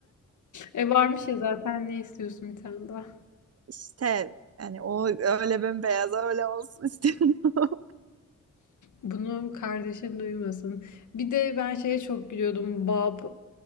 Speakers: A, on the left (about 75°); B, on the right (about 55°).
A: E varmış ya zaten ne istiyorsun bir tane daha.
B: <laughs> İşte yani o öyle bembeyaz öyle olsun istiyorum. <laughs>
A: Bunu kardeşin duymasın. Bir de ben şeye çok gülüyordum. Bob.